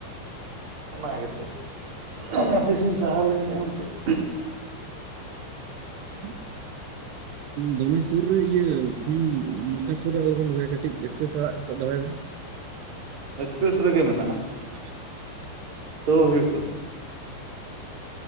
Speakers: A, on the right; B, on the right.
A: ᱚᱱᱟ ᱜᱮᱛᱚ ᱦᱟᱯᱤ ᱥᱤᱧ ᱥᱟᱦᱟᱣ ᱞᱮᱱᱠᱷᱟᱱ ᱚᱱᱛᱮ ᱾
B: ᱦᱮᱸ᱾ ᱫᱚᱢᱮ ᱥᱩᱨ ᱨᱮ ᱤᱭᱟᱹ ᱯᱷᱩᱱ ᱢᱚᱪᱟ ᱥᱩᱨ ᱨᱮ ᱟᱞᱚᱵᱮᱱ ᱫᱚᱦᱚᱭᱟ ᱠᱟᱹᱴᱤᱡ ᱮᱥᱯᱮᱥ ᱟᱲᱟᱜ ᱠᱟᱛᱮ ᱫᱚᱦᱚᱭ ᱵᱤᱱ᱾
A: ᱮᱥᱯᱮᱥ ᱨᱮᱜᱮ ᱢᱮᱱᱟᱜᱼᱟ᱾
B: ᱮᱥᱯᱮᱥ ᱨᱮᱜᱮ ᱢᱮᱱᱟᱜᱼᱟ᱾
A: ᱛᱟᱣ ᱦᱩᱭᱩᱜ ᱠᱟᱱᱟ᱾